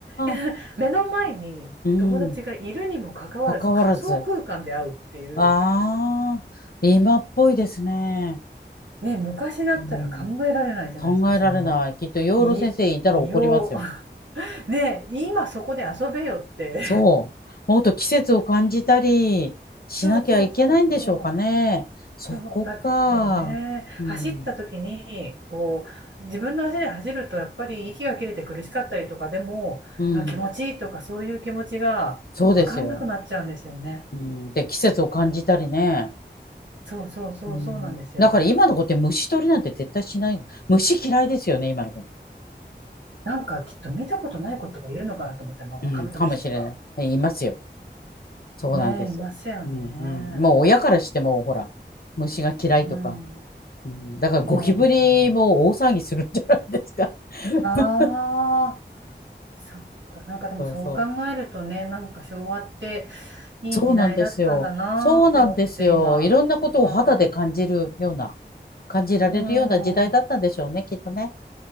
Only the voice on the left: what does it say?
あ、
うん。関わらず。ああ、今っぽいですね。
うん、考えられない。
きっと養老先生いたら怒りますよ。
そう。もっと季節を感じたりしなきゃいけないんでしょうかね。
そこか。
うん。
うん。
そうですよ。うん。で、季節を感じたりね。
うん。
だから今の子って虫取りなんて絶対しない。虫嫌いですよね、今の子。
うん。
かもしれない。いますよ。そうなんですよ。
うんうん。もう親からしても、ほら、虫が嫌いとか。
うん、だからゴキブリも大騒ぎするんじゃないですか。
<laughs>
そうそう。
そうなんですよ。そうなんですよ。いろんなことを肌で感じるような、
感じられるような時代だったんでしょうね、
きっとね。